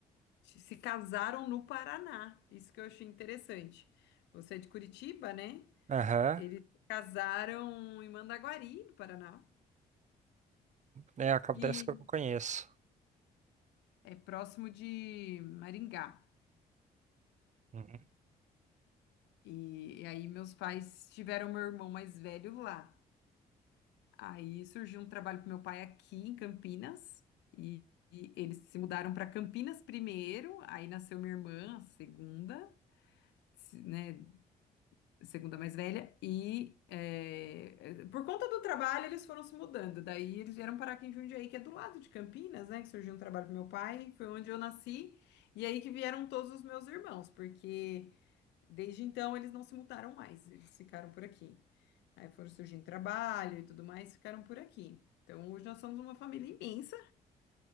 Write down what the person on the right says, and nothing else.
Aham.
É, acontece
que eu não conheço.
Uhum.